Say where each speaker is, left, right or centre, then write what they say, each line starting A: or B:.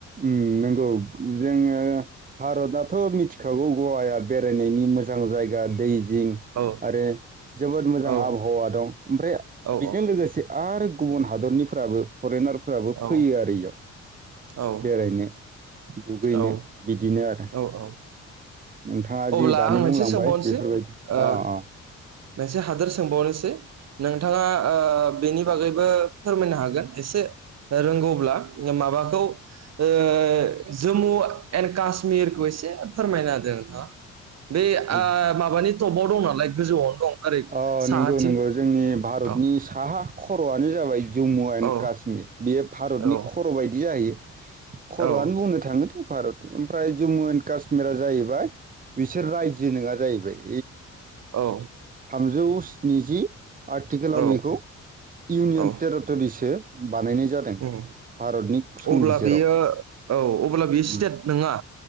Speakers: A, on the right; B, on the right.
A: उम नंगौ जोङो भारतआथ' मिथिखागौ गवाया बेरायनायनि मोजां जायगा दै जिं
B: औ
A: आरो जोबोद मोजां
B: औ
A: आबहावा दं ओमफ्राय
B: औ
A: बेजों लोगोसे आरो गुबुन हादरनिफ्राबो फरेनारफ्राबो
B: औ
A: फैयो आरो इयाव
B: औ
A: बेरायनो दुगैनो
B: औ
A: बिदिनो आरो
B: औ औ
A: नोंथाङा
B: अब्ला
A: जि दानि
B: आं मोनसे
A: बुंलांबाय
B: सोंबावनोसै
A: बेफोरबायदि
B: ओ
A: अ अ
B: मोनसे हादोर सोंबावनोसै नोंथाङा ओ बेनि बागै फोरमायनो हागोन एसे रोंगौब्ला माबाखौ ओ जम्मु एण्ड काश कासमिरखौ एसे फोरमायना होदों नोंथाङा बे
A: अ
B: ओ माबानि टबाव दं नालाय गोजौआव दं ओरै
A: अ
B: साहाथिं
A: नंगौ नंगौ जोंनि भारतनि
B: औ
A: साहा खर'आनो जाबाय जम्मु एन्ड
B: औ
A: काश्मिर बेयो भारतनि
B: औ
A: खर' बायदि जाहैयो खर'आनो
B: औ
A: बुंनो थाङोदे भारतनि ओमफ्राय जम्मु एन्ड काश्मिरा जाहैबाय बिसोर रायजो नङा जाहैबाय
B: औ
A: गजौ स्निजि आर्टिकेलाव
B: औ
A: बेखौ इउनियन
B: औ
A: टेरिट'रिसो बानायनाय जादों
B: उम
A: भारतनि संबिजिराव
B: अब्ला बेयो औ अब्ला बेयो
A: उम
B: स्टेट नङा